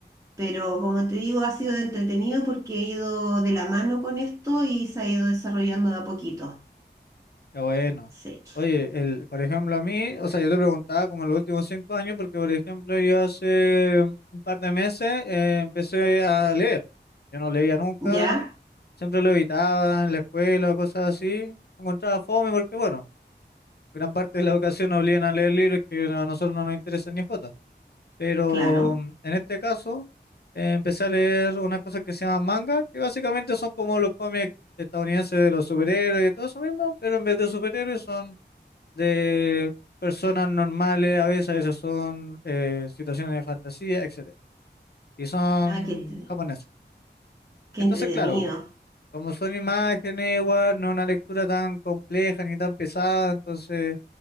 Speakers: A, on the right; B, on the left.
A: Pero como te digo, ha sido entretenido porque he ido de la mano con esto y se ha ido desarrollando de a poquito.
B: Qué bueno.
A: Sí.
B: Oye, el, por ejemplo, a mí, o sea, yo te preguntaba como en los últimos cinco años, porque, por ejemplo, yo hace un par de meses eh, empecé a leer. Yo no leía nunca,
A: Ya,
B: Siempre lo evitaba en la escuela o cosas así. Lo encontraba fome porque, bueno, gran parte de la educación nos obligan a leer libros que a nosotros no nos interesan ni jota. Pero
A: claro.
B: mm, en este caso, eh, empecé a leer unas cosas que se llaman manga, que básicamente son como los cómics estadounidenses de los superhéroes y todo eso mismo, pero en vez de superhéroes son de personas normales, a veces, a veces son eh, situaciones de fantasía, etcétera. Y son
A: Ah, qué, entre-
B: japoneses.
A: qué
B: Entonces,
A: entretenido.
B: claro. Como son imágenes, igual, no es una lectura tan compleja ni tan pesada, entonces